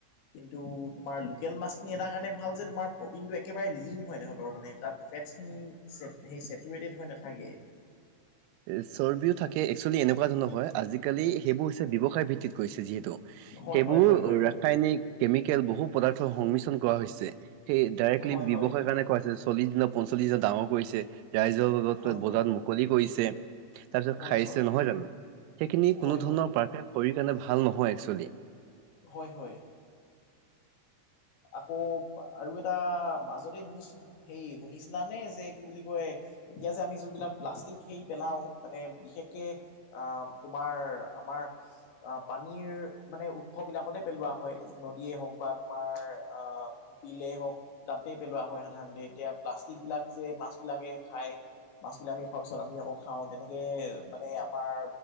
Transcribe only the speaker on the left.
কিন্তু তোমাৰ লোকেল মাছখিনি এটা কাৰণে ভাল যে তোমাৰ প্ৰ'টিনটো একেবাৰে লীন হয় সিহঁতৰ মানে, তাত ফেটছখিনি সেই ছেটুৰেটেড হৈ নাথাকে।
হয়
হয় হয় হয় হয়
হয়
হয়
হয়
হয়
হয়
হয়
হয়
হয়, হয়। আকৌ আৰু এটা মাজতে নিউজ সেই শুনিছিলানে? যে কি বুলি কয় এতিয়া যে আমি যোনবিলাক প্লাষ্টিক হে পেলাও মানে। বিশেষকে আহ তোমাৰ আমাৰ পানীৰ মানে উৎ স বিলাকতে পেলোৱা হয়, নদীয়ে হওক বা তোমাৰ আহ বিলে হওক। তাতে পেলোৱা হয় সাধাৰণতে, এতিয়া প্লাষ্টিক বিলাক যে মাছ বিলাকে খায়। মাছ বিলাকে খোৱাৰ পিছত আমি আকৌ খাওঁ, তেনেকে মানে আমাৰ